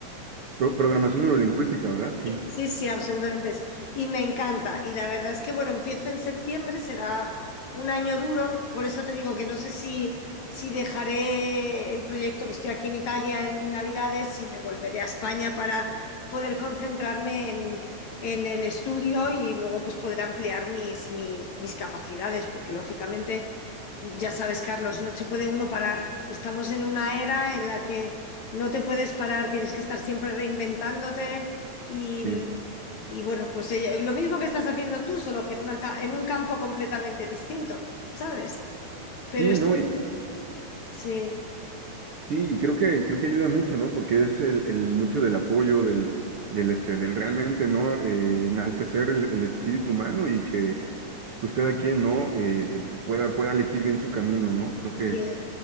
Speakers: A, on the right (about 80°); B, on the left (about 60°).
A: pro- programación neurolingüística, ¿verdad? Sí,
B: Sí, sí, absolutamente eso. Y me encanta. Y la verdad es que, bueno, empiezo en septiembre, será un año duro. Por eso te digo que no sé si, si dejaré el proyecto que estoy aquí en Italia en Navidades, si me volveré a España para poder concentrarme en, en el estudio y luego pues poder ampliar mis, mis, mis capacidades, porque lógicamente, ya sabes, Carlos, no se puede uno parar. Estamos en una era en la que no te puedes parar, tienes que estar siempre reinventándote. y
A: sí.
B: y bueno, pues ella- lo mismo que estás haciendo tú, solo que en, una ca- en un campo completamente distinto, ¿sabes? Pero
A: Sí,
B: estoy,
A: no, y
B: sí,
A: sí, y creo que, creo que ayuda mucho, ¿no? Porque es el, el mucho del apoyo, del, del este, del realmente, ¿no? Eh, enaltecer el, el espíritu humano y que pues cada quien, ¿no? Eh, pueda, pueda elegir bien su camino, ¿no? Creo que,
B: Sí.